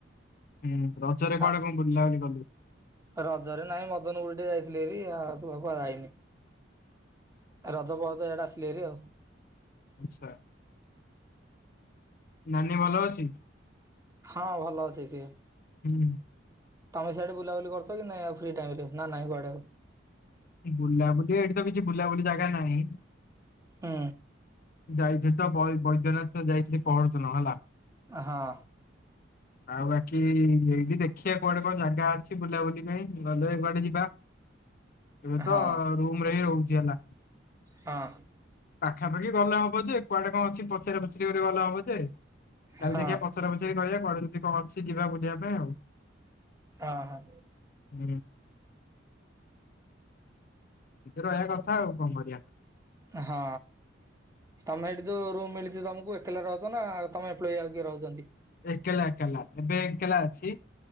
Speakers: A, on the left; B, on the right.
A: ହୁଁ ରଜରେ କୁଆଡେ
B: ଆ
A: କଣ ବୁଲା ବୁଲି କଲୁ?
B: ରଜରେ ନାଇଁ ମଦନ <unintelligible> ଟିକେ ଯାଇଥିଲି ଭାରି <unintelligible> ଯାଇନି। ରଜ ପରେ ଇଆଡେ ଆସିଲି ଭାରି ଆଉ।
A: ଆଚ୍ଛା। ନାନୀ ଭଲ ଅଛି?
B: ହଁ ଭଲ ଅଛି ସିଏ।
A: <inaudible>
B: ତମେ ସିଆଡେ ବୁଲାବୁଲି କରୁଚ କି ନାଇ ଆଉ ଫ୍ରି ଟାଇମ୍ ରେ ନା ନାଇଁ କୁଆଡେ?
A: ବୁଲାବୁଲି ଏଇଠି ତ କିଛି ବୁଲାବୁଲି ଜାଗା ନାହିଁ।
B: ହୁଁ।
A: ଯାଇଥିଲି ତ ବୈ-ବୈଦ୍ୟନାଥ ଯାଇଥିଲି ପର୍ ଦିନ ହେଲା।
B: ହଁ।
A: ଆଉ ବାକି ଏଇଠି ଦେଖିବା କୁଆଡେ କଣ ଜାଗା ଅଛି ବୁଲାବୁଲି ପାଇଁ ଗଲେ କୁଆଡେ ଯିବା। ଏବେ
B: ହଁ
A: ତ ରୁମ ରେ ହିଁ ରହୁଚି ହେଲା।
B: ହଁ।
A: ପାଖାପାଖି ଗଲେ ହବ ଯେ କୁଆଡେ କଣ ଅଛି ପଚାର ପଚାରି କରି ଗଲେ ହବ ଯେ କାଲି
B: ହଁ
A: ଦେଖିବା ପଚରା ପଚାରି କରିବା କୁଆଡେ ଯଦି କଣ ଅଛି ଯିବା ବୁଲିବା ପାଇଁ ଆଉ।
B: ଅ- ହ।
A: <inaudible> ନିଜେ ରହିବା କଥା ଆଉ କଣ କରିବା।
B: ହଁ। ତମେ ଏଇଠି ଯଉ ରୁମ୍ ମିଳିଚି ତମକୁ ଏକଲା ରହୁଚ ନା ତମେ ଏମ୍ପ୍ଲୋଇ ଆଉ କିଏ ରହୁଚନ୍ତି?
A: ଏକେଲା ଏକେଲା ଏବେ ଏକେଲା ଅଛି